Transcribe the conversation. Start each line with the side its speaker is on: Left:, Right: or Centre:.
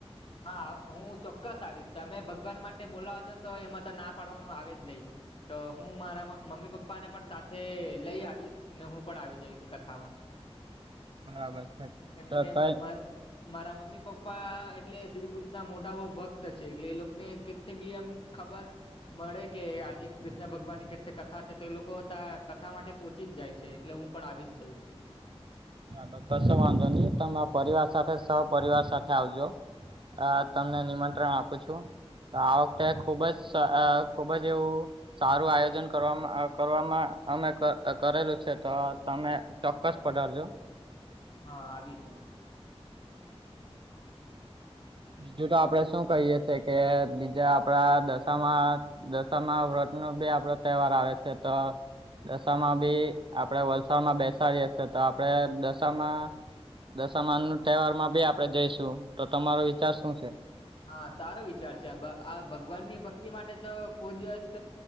Left: હા હું ચોક્કસ આવીશ તમે ભગવાન માટે બોલાવ છો તો એમાં તો ના પાડવાનું આવે જ નહી તો હું મારા મમ્મી પપ્પા ને પણ સાથે લઈ આવીશ ન હું પણ આવી જઈશ કથામાં
Right: બરાબર છે
Left: કેમ
Right: તો
Left: કે
Right: કઈ
Left: માર મારા મમ્મી પપ્પા એટલે શ્રી કૃષ્ણ મોટા બઉ ભક્ત છે એટલે એ લોકોને કે બી એમ ખબર મળે કે આજે કૃષ્ણ ભગવાન ની કે કથા છે તો એ લોકો ત કથા માટે ઓછી જાય છે એટલે હું પણ આવી જઈશ
Right: બરાબર કશો વાંધો નહી તમા પરિવાર સાથે સહપિવાર સાથે આવજો આ તમને નિમંત્રણ આપું છું તો આ વખતે ખુબ જ ખુબ જ એવું સારું આયોજન કરવામાં કરવામાં અમે કકરેલું છે તો તમે ચોક્કસ પધારજો
Left: હા આવીશું
Right: બીજું તો આપડે શું કહીએ છેએ કે બીજા આપડા દશામાં દશમા વ્રત નો બી આપડો તહેવાર આવે છે તો દશામાં બી આપડે વલસાડમાં બેસાડીએ છે તો આપડે દશામાં દશમાન નું તહેવાર માં બી આપડે જઈશું તો તમારો વિચાર શું છે
Left: હા સારો વિચાર છે આ આ ભગવાન ની ભક્તિ માટે તો કોઈ દિવસ